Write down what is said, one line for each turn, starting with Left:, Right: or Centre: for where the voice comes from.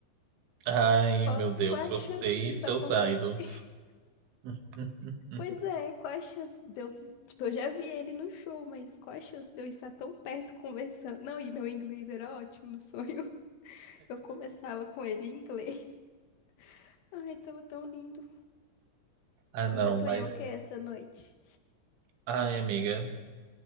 Right: Ai,
Left: Qual,
Right: meu Deus,
Left: qual a
Right: você
Left: chance disso
Right: e seus
Left: acontecer?
Right: idols.
Left: <laughs>
Right: <laughs>
Left: Pois é, qual a chance de eu. Tipo, eu já vi ele no show, mas qual a chance de eu estar tão perto conversando? Não, e meu inglês era ótimo no sonho. <laughs> Eu conversava com ele em inglês. Ai, tava tão lindo.
Right: Ah, não,
Left: Você sonhou
Right: mas.
Left: o que essa noite?
Right: Ai, amiga.